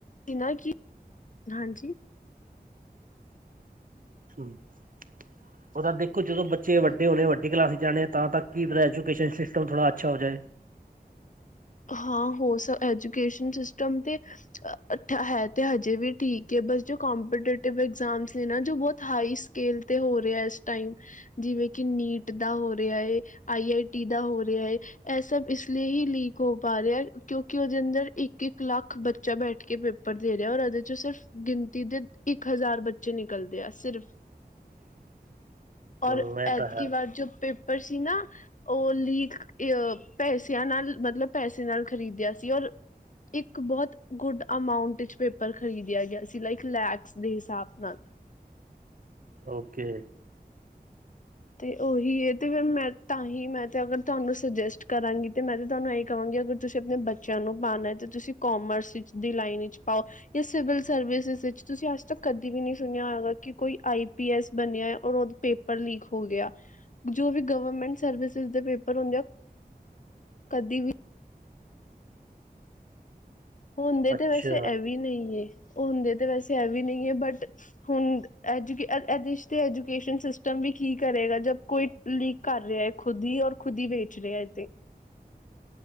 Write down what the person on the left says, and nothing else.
ਇਨਾ ਕੀ, ਹਾਂਜੀ
ਹਾਂ ਹੋ ਸ, ਐਜੂਕੇਸ਼ਨ ਸਿਸਟਮ ਤੇ ਹ ਹੈ ਤੇ ਹਜੇ ਵੀ ਠੀਕ ਏ, ਬਸ ਜੋ ਕੰਪੀਟੇਟਿਵ ਐਗਜਾਮ ਸੀ ਨਾ, ਜੋ ਬਹੁਤ ਹਾਈ ਸਕੇਲ ਤੇ ਹੋ ਰਿਹਾ ਇਸ ਟਾਈਮ। ਜਿਵੇਂ ਕਿ ਨੀਟ ਦਾ ਹੋ ਰਿਹਾ ਏ, ਆਈ ਆਈ ਟੀ ਦਾ ਹੋ ਰਿਹਾ ਏ। ਇਹ ਸਭ ਇਸ ਲੀਏ ਹੀ ਲੀ ਹੋ ਪਾ ਰਿਹਾ, ਕਿਉਂਕਿ ਉਹਦੇ ਅੰਦਰ ਇੱਕ- ਇੱਕ ਲੱਖ ਬੱਚਾ ਬੈਠ ਕੇ ਪੇਪਰ ਦੇ ਰਿਹਾ, ਔਰ ਇਹਦੇ ਚੋ ਸਿਰਫ ਗਿਣਤੀ ਦੇ ਇੱਕ ਹਜ਼ਾਰ ਬੱਚੇ ਨਿਕਲਦੇ ਆ ਸਿਰਫ।
ਔਰ
ਐਤਕੀ
ਬਾਰ ਜੋ ਪੇ ਪੇਪਰ ਸੀ ਨਾ, ਉਹ ਲੀਕ ਅ ਪੈਸਿਆਂ ਨਾਲ ਮਤਲਬ ਪੈਸੇ ਨਾਲ ਖਰੀਦਿਆ ਸੀ, ਔਰ ਇੱਕ ਬਹੁਤ ਗੁੱਡ ਅਮਾਉਂਟ ਵਿੱਚ ਪੇਪਰ ਖਰੀਦਿਆ ਗਿਆ ਸੀ, ਲਾਈਕ ਲੈਖਸ ਦੇ ਹਿਸਾਬ ਨਾਲ।
ਤੇ ਉਹੀ ਇਹ ਤੇ ਫਿਰ ਮੈਂ ਤਾਂ ਹੀ ਮੈਂ ਤੇ ਅਗਰ ਤੁਹਾਨੂੰ ਸੁਜੈਸਟ ਕਰਾਂਗੀ, ਤੇ ਮੈਂ ਤੇ ਤੁਹਾਨੂੰ ਇਹ ਕਹਾਂਗੀ, ਅਗਰ ਤੁਸੀਂ ਆਪਣੇ ਬੱਚਿਆਂ ਨੂੰ ਪਾਣਾ, ਤੇ ਤੁਸੀਂ ਕੋਮਰਸ ਵਿੱਚ ਦੀ ਲਾਈਨ ਵਿੱਚ ਪਾਓ। ਜਾਂ ਸਿਵਲ ਸਰਵਿਸਸ ਵਿੱਚ ਤੁਸੀਂ ਅੱਜ ਤੱਕ ਕਦੀ ਵੀ ਨਹੀਂ ਸੁਣਿਆ ਹੋਗਾ, ਕਿ ਕੋਈ ਆਈ ਪੀ ਐਸ ਬਣਿਆ, ਔਰ ਪੇਪਰ ਲੀਕ ਹੋ ਗਿਆ, ਜੋ ਵੀ ਗਵਰਮੈਂਟ ਸਰਵਿਸਿਸ ਦੇ ਪੇਪਰ ਹੁੰਦੇ ਆ, ਕਦੀ ਵੀ ਹੁੰਦੇ
ਤੇ ਵੈਸੇ ਐਵੀਂ ਨੀ ਗੇ। ਹੁੰਦੇ ਤੇ ਵੈਸੇ ਐਂਵੀ ਨੀ ਗੇ, ਬਟ ਹੁਣ ਐਜੂਕੇਸ਼ਨ ਤੇ ਐਜੂਕੇਸ਼ਨ ਸਿਸਟਮ ਵੀ ਕੀ ਕਰੇਗਾ, ਜਦ ਕੋਈ ਲੀਕ ਕਰ ਰਿਹਾ ਖੁਦ ਹੀ, ਔਰ ਖੁਦ ਹੀ ਵੇਚ ਰਿਹਾ ਇਥੇ।